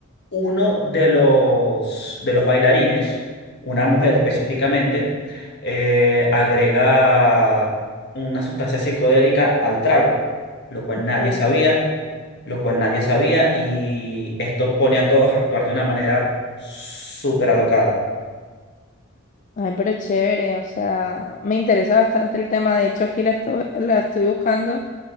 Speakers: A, on the left; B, on the left.
A: uno de los, de los bailarines, una mujer específicamente, eh, agrega una sustancia psicodélica al trago, lo cual
B: ok.
A: nadie sabía lo cual nadie sabía y esto pone a todos a actuar de una manera súper alocada.
B: Ay, pero chévere, o sea, me interesa bastante el tema. De hecho, aquí la, esto- la estoy buscando